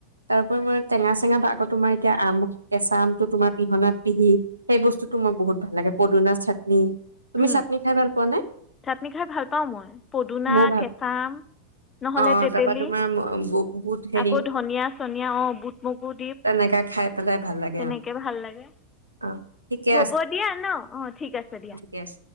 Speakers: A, on the right (about 80°); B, on the left (about 20°).
A: তাৰপৰি মই টেঙা চেঙা ভাগত তোমাৰ এতিয়া আম কেঁচা আমটো তোমাৰ পিহনাত পিহি সেই বস্তুতটো মোৰ বহুত ভাল লাগে। পদুনা চাটনি, তুমি
B: উম
A: চাটনি খাই ভাল পোৱা নে?
B: চাটনি খাই ভাল পাও মই। পদুনা,
A: ময়ো ভাল
B: কেঁচা আম নহলে
A: অ
B: টেতিলি
A: তাৰপা তোমাৰ বুট হেৰি
B: আকৌ ধনীয়া-চনীয়া, বুট-মগু দি,
A: তেনেকা খাই পেলাই ভাল লাগে
B: তেনেকে
A: অ
B: ভাল লাগে,
A: অ ঠিকে
B: হ'ব দিয়া ন। অ', ঠিক আছে দিয়া।
A: গেছ,